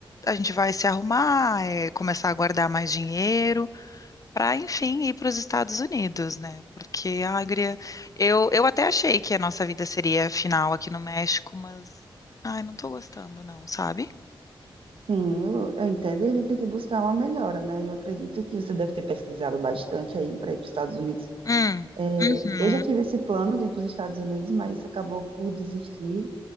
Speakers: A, on the left (about 40°); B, on the right (about 75°).
A: a gente vai se arrumar, é, começar a guardar mais dinheiro para, enfim, ir para os Estados Unidos, né? Porque a Agria, eu, eu até achei que a nossa vida seria final aqui no México, mas, ai, não tô gostando, não, sabe?
B: Sim, eu, eu entendo e a gente tem que buscar uma melhora, né? Eu acredito que você deve ter pesquisado bastante aí para ir para os Estados Unidos.
A: Hum,
B: É,
A: uhum,
B: eu já tive esse plano de ir para os Estados Unidos, mas acabou por desistir